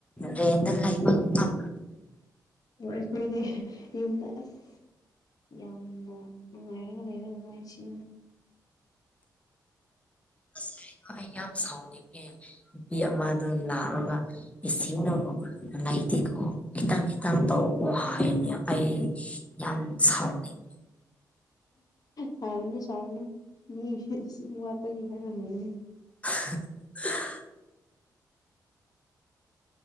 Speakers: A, on the left; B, on the left.
A: ꯔꯦꯟꯗ ꯂꯩꯕ ꯉꯝ
B: <unintelligible> ꯌꯨꯝꯗ ꯑꯁ ꯌꯥꯝꯅ ꯅꯨꯡꯉꯥꯏꯔꯒ ꯂꯩ ꯃꯣꯏꯁꯤꯡ
A: ꯑꯁ ꯀꯩꯅꯣ ꯑꯩ ꯌꯥꯝ ꯁꯥꯎꯅꯤꯡꯉꯦ ꯅꯨꯄꯤ ꯑꯃꯗ ꯂꯥꯛꯑꯒ ꯏꯁꯤꯡꯗꯣ ꯂꯩꯇꯦꯀꯣ ꯈꯤꯇꯪ ꯈꯤꯇꯪ ꯇꯧꯀꯣ ꯍꯥꯏꯌꯦꯅꯦ ꯑꯩ ꯌꯥꯝ ꯁꯥꯎꯅꯤꯡ
B: ꯁꯥꯥꯎꯔꯨꯅꯨ ꯁꯥꯥꯎꯔꯨꯅꯨ ꯃꯤ ꯁꯨꯝ ꯋꯥꯠꯄꯒꯤ ꯍꯥꯏꯔꯝꯃꯤꯅꯤ
A: <unintelligible>